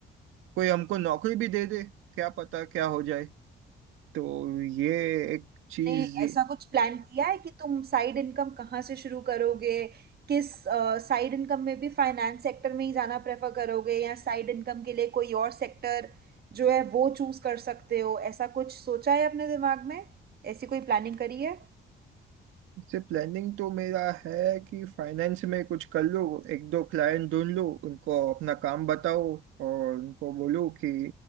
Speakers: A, on the right (about 85°); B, on the right (about 50°).
A: कोई हमको नौकरी भी दे दे क्या पता क्या हो जाए तो ये एक चीज
B: ने ऐसा कुछ प्लान किया है कि तुम साइड इनकम कहाँ से शुरू करोगे किस साइड इनकम में भी फाइनेंस सेक्टर में ही जाना प्रेफर करोगे या साइड इनकम के लिए कोई और सेक्टर जो है वो चूज कर सकते हो ऐसा कुछ सोचा है अपने दिमाग में ऐसी कोई प्लानिंग करी है
A: से प्लानिंग तो मेरा है कि फाइनेंस में कुछ कर लो एक दो क्लाइंट ढूंढ लो उनको अपना काम बताओ और उनको बोलो कि